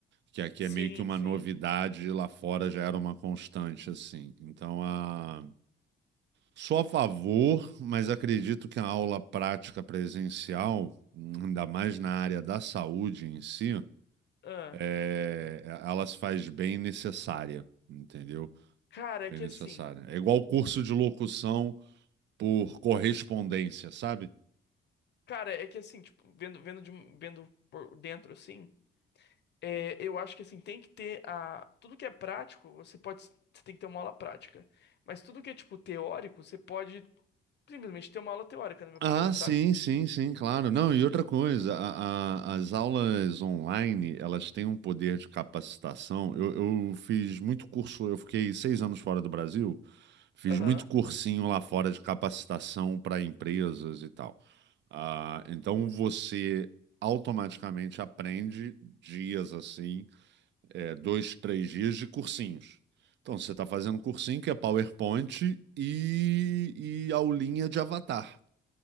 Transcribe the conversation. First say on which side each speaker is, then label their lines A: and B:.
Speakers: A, on the right (about 65°); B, on the left (about 60°).
A: que aqui
B: Sim,
A: é meio que uma
B: sim.
A: novidade e lá fora já era uma constante, assim. Então, a... sou a favor, mas acredito que a aula prática presencial, ainda mais na área da saúde em si,
B: Ah.
A: é... ela se faz bem necessária, entendeu?
B: Cara, é
A: Bem
B: que
A: necessária.
B: assim.
A: É igual curso de locução por correspondência, sabe?
B: Cara, é que assim, tipo, vendo, vendo, de, vendo por dentro assim, é, eu acho que assim, tem que ter a. Tudo que é prático, você pode. Você tem que ter uma aula prática. Mas tudo que é, tipo, teórico, você pode simplesmente ter uma aula teórica, na minha opinião,
A: Ah,
B: sabe?
A: sim, sim, sim, claro. Não, e outra coisa, a- a- as aulas online, elas têm um poder de capacitação. Eu, eu fiz muito curso, eu fiquei seis anos fora do Brasil, fiz
B: Aham.
A: muito cursinho lá fora de capacitação para empresas e tal. Ah, então você automaticamente aprende dias assim, é, dois, três dias de cursinhos. Então você está fazendo cursinho que é PowerPoint e, e aulinha de avatar.